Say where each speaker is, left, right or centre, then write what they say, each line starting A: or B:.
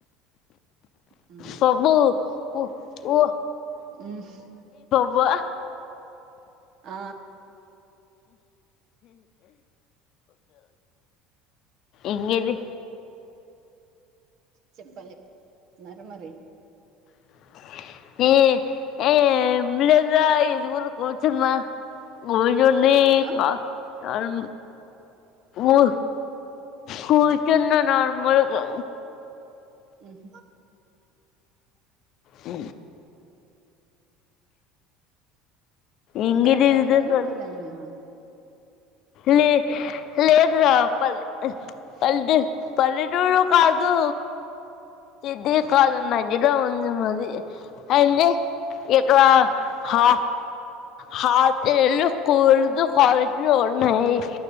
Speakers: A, on the right; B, on the left.
A: ఉమ్
B: పబ్బు ఓ ఓ
A: ఉహ్
B: వా
A: ఆ
B: ఇంగిది
A: చెప్పండి న్నార మరి
B: <unintelligible> యొన్నిస్
A: ఆ
B: మా నార్ ఉ కూర్చున్న నార్మల్ గా
A: ఉం
B: ఉ ఇంకేంటి
A: ఇక్కడ టౌన్
B: విశేషాలు
A: లో ఉన్నా పల్లెలో ఉన్నా
B: లే లేదురా పల్ట్ పల్లెటూరులో కాదు కిద్ది కాదు మజ్జిగ ఉంది మ దే అ ఏందే ఇక్కడ హ హ తెళ్ళు స్కూల్దు కాలేజీలు ఉన్నాయి